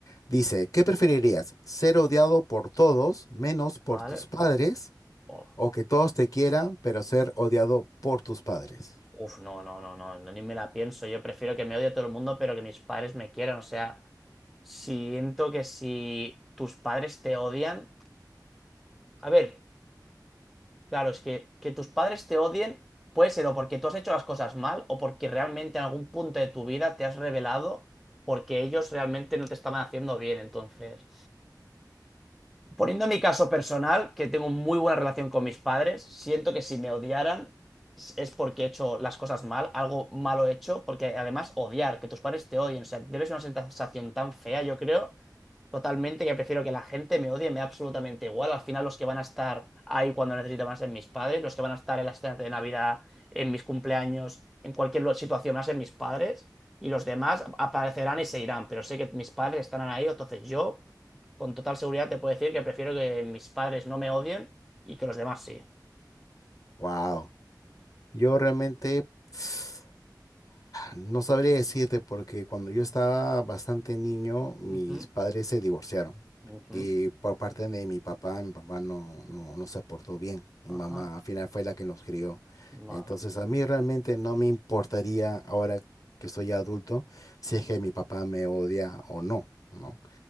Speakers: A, on the left; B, in the centre.
A: dice, ¿qué preferirías? ¿Ser odiado por todos menos por
B: vale.
A: tus padres?
B: Oh,
A: ¿O que todos te quieran, pero ser odiado por tus padres?
B: Uf, no, no, no, no, no, ni me la pienso. Yo prefiero que me odie todo el mundo, pero que mis padres me quieran, o sea. Siento que si tus padres te odian, a ver, claro, es que que tus padres te odien puede ser o porque tú has hecho las cosas mal o porque realmente en algún punto de tu vida te has revelado porque ellos realmente no te estaban haciendo bien, entonces. Poniendo mi caso personal, que tengo muy buena relación con mis padres, siento que si me odiaran es porque he hecho las cosas mal, algo malo he hecho, porque además odiar, que tus padres te odien, o sea, debe ser una sensación tan fea, yo creo, totalmente, que prefiero que la gente me odie, me da absolutamente igual. Al final los que van a estar ahí cuando necesito van a ser mis padres, los que van a estar en las cenas de Navidad, en mis cumpleaños, en cualquier lo- situación van a ser mis padres, y los demás aparecerán y se irán, pero sé que mis padres estarán ahí, entonces yo con total seguridad te puedo decir que prefiero que mis padres no me odien y que los demás sí.
A: Wow. Yo realmente... <sighs> No sabría decirte porque cuando yo estaba bastante niño, mis
B: Ujú,
A: padres se divorciaron.
B: ujú,
A: Y por parte de mi papá, mi papá no, no, no se portó bien. Mi
B: ajá,
A: mamá al final fue la que nos crió.
B: vale.
A: Entonces a mí realmente no me importaría ahora que soy ya adulto si
B: ah,
A: es que mi papá me odia o no, ¿no?